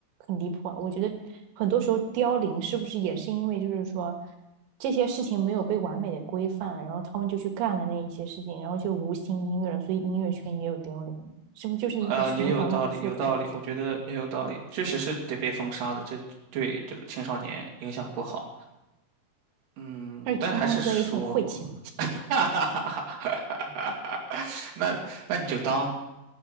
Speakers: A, on the right; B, on the right.
A: 很离谱啊！我觉得很多时候凋零是不是也是因为就是说。这些事情没有被完美的规范，然后他们就去干了那一些事情，然后就无心音乐了，所以音乐圈也有凋零，是不是就是一个循环往复的感觉？
B: 呃，也有道理，有道理，我觉得也有道理，确实是得被封杀的，这对这个青少年影响不好。嗯，
A: 而且听他们歌也挺晦气的。
B: 但还是说嘛，<laughs> 那那你就当